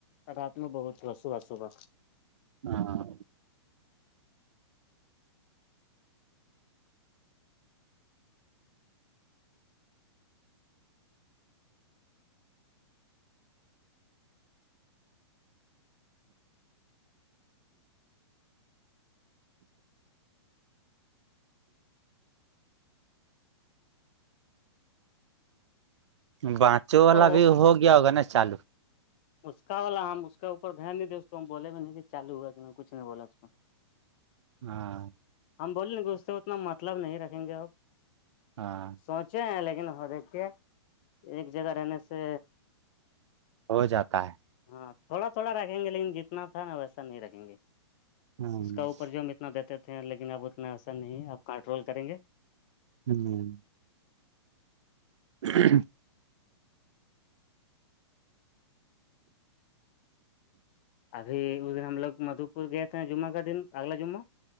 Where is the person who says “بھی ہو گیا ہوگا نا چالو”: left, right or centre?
Right